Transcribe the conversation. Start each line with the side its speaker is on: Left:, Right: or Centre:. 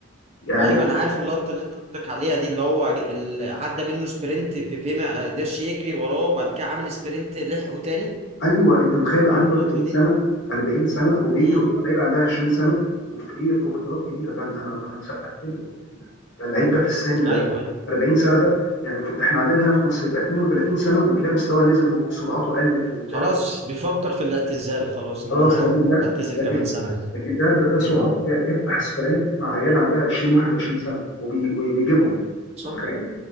Left: يعني
Right: ايوه انا عارف اللقطه اللي انت قصدك عليها دي اللي هو ج- اللي عدى منه سبرنت بيبي ما قدرش يجري وراه وبعد كده عمل سبرنت لحقه تاني
Left: ايوه انت متخيل عنده
Right: هي اللقطه
Left: 40
Right: دي
Left: سنه 40 سنه وبيجري
Right: امم
Left: قدام لعيب عندها 20 سنه وفي ايه في بطولات كبيره فانا انا انا سقفت له قلت ايه ده ده اللعيب ده في السن
Right: ايوه
Left: ده
Right: ايوه
Left: 40 سنه ده يعني فوق ده احنا عندنا هنا في مصر يبقى 32 سنه وتلاقي مستوى نزل وسرعته قلت وبتاع
Right: خلاص بيفكر في الاعتزال خلاص ان
Left: خلاص
Right: انا
Left: لكن ده
Right: اعتزل
Left: لكن
Right: كمان سنه
Left: لكن ده ده, ده سرعته
Right: امم
Left: ده بيفتح سبرنت مع عيال عندها 20 21 سنه وبي وبيجيبهم
Right: صح
Left: انت متخيل؟